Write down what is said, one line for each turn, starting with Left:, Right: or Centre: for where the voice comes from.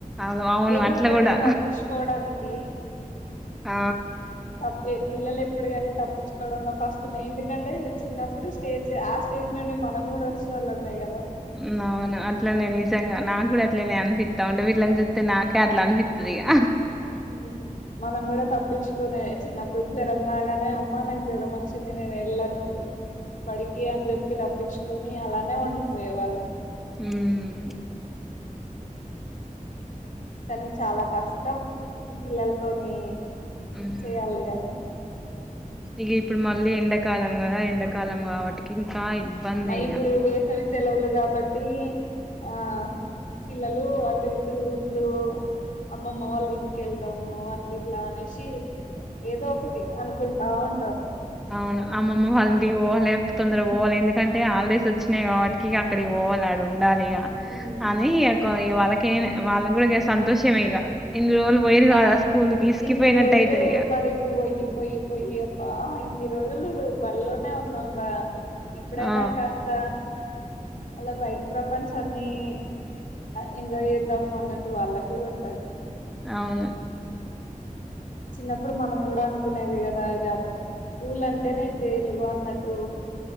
Centre: అవును అవును
Left: ఏదో
Centre: అట్లా
Left: ఒకటి
Centre: కూడా
Left: తప్పించుకోవడానికి
Centre: ఆ
Left: తప్పే పిల్లలు ఎప్పుడు కానీ తప్పించుకోవడంలో ఫస్ట్ ఉన్న ఎందుకంటే చిన్నప్పుడు స్టేజ్ ఆ స్టేజ్ నుండి మనం కూడా ఒచ్చినోల్లమే కదా
Centre: మ్ అవును అట్లనే నిజం నాకు కూడా అట్లనే అనిపిత్త ఉంటది వీళ్ళని చూత్తే నాకే అట్లా అనిపిత్తది ఇగా
Left: ఉమ్ మనం కూడా తప్పిచ్ కునే చిన్నప్పుడు జ్వరం రాగానే అమ్మ నాకు జ్వరం వచ్చింది నేను ఏళ్ళను బడికి అని చెప్పి తప్పించుకొని అలానే ఉండిపోయే వాళ్ళం
Centre: ఉమ్
Left: కానీ చాలా కష్టం ఈ పిల్లలతోని
Centre: హ్మ్
Left: చేయాలి అంటే
Centre: ఇగ ఇప్పుడు మళ్ళీ ఎండాకాలం కదా ఎండాకాలం కాబట్టికి ఇబ్బంది
Left: మరీ
Centre: ఇగ
Left: ఇప్పుడు వేసవి సెలవులు కాబట్టి ఆ పిల్లలు అటు ఇటు ఊర్లు అమ్మమ్మ వాళ్ళు ఇంటికెళ్దాము అట్లా ఇట్లా అనేషి ఏదో ఒకటి అనుకుంటా ఉంటారు
Centre: అవును అమ్మమ్మ వాళ్ళ ఇంటికి పోవాలే తొందర పోవాలే ఎందుకంటే హాలిడేస్ వచ్చినయి కాబట్టికి ఇగ అక్కడికి పోవా పోవలె ఆడ ఉండాలీ ఇగ
Left: ఉమ్,
Centre: అనీ ఒక వాళ్ళకే వాళ్ళకి కూడా జర సంతోషమే ఇగ ఇన్ని రోజులు పోయిర్రు కదా
Left: అదే
Centre: స్కూల్ కి ఇసికిపోయినట్టు
Left: ఇన్ని రోజులు
Centre: అయితరు ఇగ
Left: బడికి పోయి పోయి పోయి బ్బా ఇన్ని రోజులు బడిలోనే ఉన్నాం కదా ఇప్పుడైనా
Centre: ఆ
Left: కాస్త అలా బైటి ప్రపంచాన్ని అ ఎంజాయ్ చేద్దాము అన్నట్టు వాళ్ళకి కూడా ఉంటది
Centre: అవును
Left: చిన్నప్పుడు మనం కూడా అనుకునేది కదా జబ్ స్కూలంటేనే జైలుగు అన్నట్టు